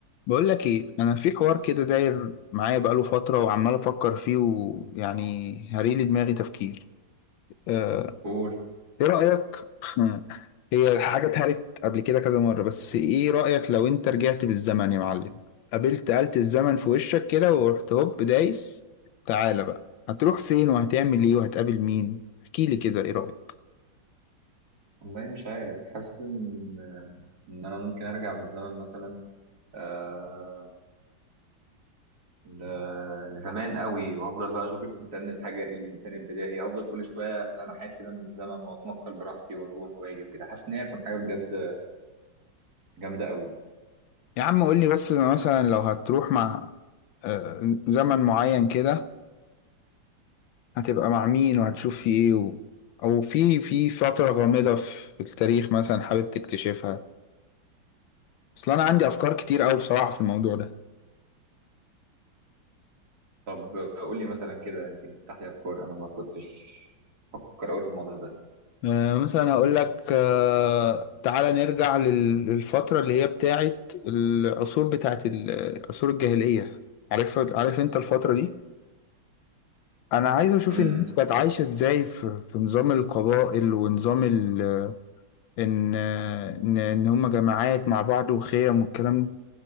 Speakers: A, on the left; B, on the right.
A: بقول لك ايه انا في حوار كده داير معايا بقاله فتره وعمال افكر فيه ويعني هريلي دماغي تفكير آه،
B: قول
A: ايه رايك <laughs> هي حاجه اتهرت قبل كده كذا مره بس ايه رايك لو انت رجعت بالزمن يا معلم قابلت آلة الزمن في وشك كده ورحت هوب دايس تعالى بقى هتروح فين وهتعمل ايه وهتقابل مين احكي لي كده ايه رايك
B: والله مش عارف حاسس ان ان انا ممكن ارجع بالزمن مثلا آه ل... لزمان قوي وافضل بقى اشوف الانسان الحجري الانسان البدائي افضل كل شويه لمحات كده من الزمن واتنقل براحتي واروح واجي وكده حاسس ان هي هتكون حاجه بجد جامده قوي
A: يا عم قول لي بس أنا مثلا لو هتروح مع آه، زمن معين كده هتبقى مع مين وهتشوف في ايه و... او في في فترة غامضة في التاريخ مثلا حابب تكتشفها اصل انا عندي افكار كتير قوي بصراحة في الموضوع ده
B: طب قول لي مثلا كده يمكن تفتح لي افكار انا ما كنتش بفكر قوي في الموضوع ده
A: آه مثلا هقول لك آه تعالى نرجع لل- للفترة اللي هي بتاعت العصور بتاعت ال- العصور الجاهلية عارف عارف انت الفترة دي انا عايز اشوف
B: امم
A: الناس كانت عايشة ازاي في, في نظام القبائل ونظام ال... ان ان ان هم جماعات مع بعض وخيم والكلام ده